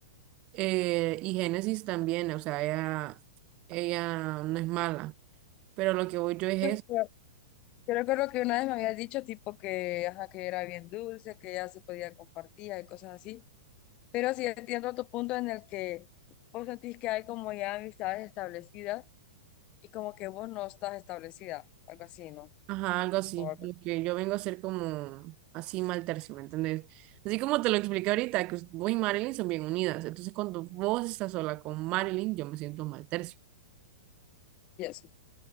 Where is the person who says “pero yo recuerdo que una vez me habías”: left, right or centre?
Left